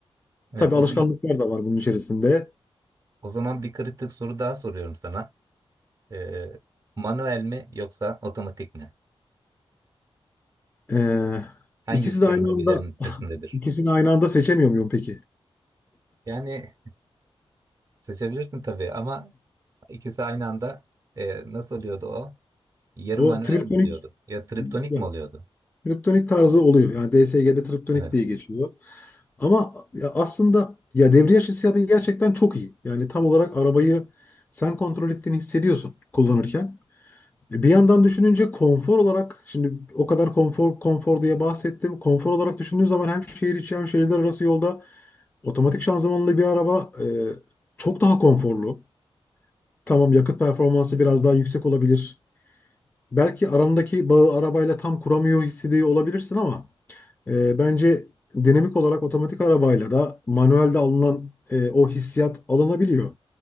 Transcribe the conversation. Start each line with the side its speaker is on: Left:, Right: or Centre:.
Right: Evet,
Left: Tabii
Right: o
Left: alışkanlıklar
Right: zaman,
Left: da var bunun içerisinde.
Right: o zaman bir kritik soru daha soruyorum sana. Ee, manuel mi yoksa otomatik mi?
Left: Ee,
Right: Hangisi
Left: ikisi
Right: senin
Left: de aynı
Right: hobilerin
Left: anda
Right: içerisindedir?
Left: <laughs> ikisini aynı anda seçemiyor muyum peki?
Right: Yani seçebilirsin tabii ama ikisi aynı anda e, nasıl oluyordu o? Yarı
Left: O
Right: manuel
Left: triptonik
Right: mi oluyordu? Ya triptonik
Left: ya,
Right: mi oluyordu?
Left: triptonik tarzı oluyor. Yani DSG'de triptonik
Right: Evet.
Left: diye geçiyor. Ama ya aslında ya debriyaj hissiyatı gerçekten çok iyi. Yani tam olarak arabayı sen kontrol ettiğini hissediyorsun kullanırken. E, Bir yandan düşününce konfor olarak şimdi o kadar konfor konfor diye bahsettim. Konfor olarak düşündüğün zaman hem şehir içi hem şehirler arası yolda otomatik şanzımanlı bir araba e, çok daha konforlu. Tamam yakıt performansı biraz daha yüksek olabilir. Belki arandaki bağı arabayla tam kuramıyor hissediyor olabilirsin ama e, bence dinamik olarak otomatik arabayla da manuelde alınan e, o hissiyat alınabiliyor.